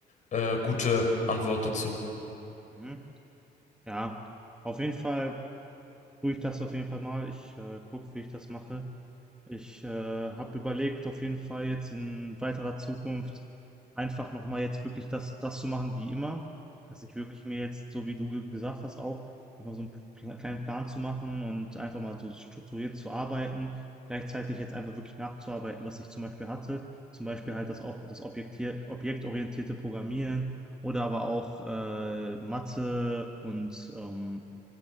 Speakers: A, on the left; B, in the centre.
A: äh, gute Antwort dazu.
B: Mhm. Ja, auf jeden Fall. tue ich das auf jeden Fall mal. Ich äh, gucke, wie ich das mache. Ich äh, habe überlegt, auf jeden Fall jetzt in weiterer Zukunft einfach nochmal jetzt wirklich das, das zu machen wie immer. Dass ich wirklich mir jetzt, so wie du ge- gesagt hast, auch einfach so einen kle- kleinen Plan zu machen und einfach mal so strukturiert zu arbeiten. Gleichzeitig jetzt einfach wirklich nachzuarbeiten, was ich zum Beispiel hatte. Zum Beispiel halt das auch das objektier, objektorientierte Programmieren oder aber auch äh, Mathe und ähm,